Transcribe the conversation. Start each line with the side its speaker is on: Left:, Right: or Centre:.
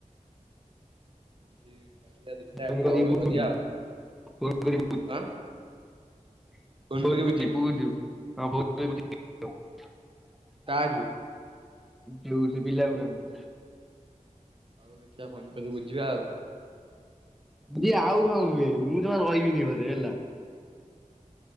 Right: କରିିଆ ଦେଖାବା
Centre: ଫୋନ
Right: କ୍ଲବରେ
Centre: କରି ବୁଝୁ
Right: କରିଆ ଆଉ
Centre: ଫୋନ କରି
Right: ଆଁ
Centre: <unintelligible>
Right: ଫୋନ କରି ବୁଝିବି କାହାକୁୁ?
Centre: ଯୋଉ ସେ ପିଲା ଗୁଡାକ।
Right: ହୋଉ ଦେଖିବା ଫୋନ୍ କରି ବୁଝିବା ଆଉ।
Centre: ଯିଏ ଆଉ ଖାଉ ନୁହେଁ ମୁଁ ଜମା ରହିବିନି ଘରେ ହେଲା।